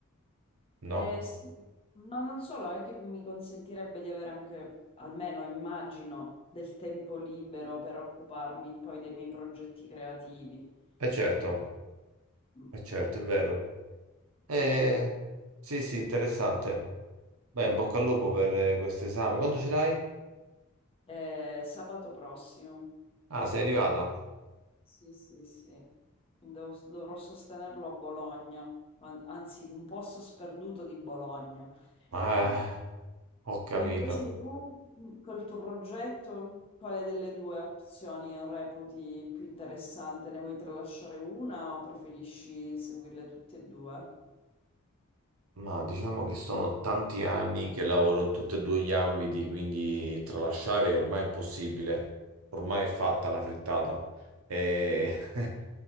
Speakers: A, on the right; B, on the left.
A: no?
B: Eh, sì, ma non solo, è che mi consentirebbe di avere anche, almeno immagino, del tempo libero per occuparmi poi dei miei progetti creativi.
A: E certo,
B: Eh, mm,
A: è certo, è vero. Eh,
B: eh,
A: sì, sì, interessante. Beh, in bocca al lupo per eh, questo esame. Quando ce l'hai?
B: eh, eh, sabato prossimo,
A: Ah, sei arrivata?
B: sì, sì, sì, Devo- dovrò sostenerlo a Bologna, an- anzi in un posto sperduto di Bologna,
A: Ah,
B: quindi...
A: ho capito.
B: E invece tu, mh, col tuo progetto, quale delle due opzioni reputi più interessante? Ne vuoi tralasciare una o preferisci seguirle tutte e due?
A: Ma diciamo che sono tanti anni che lavoro in tutti e due gli ambiti, quindi tralasciare è ormai impossibile. Ormai è fatta la frittata. E... <laughs>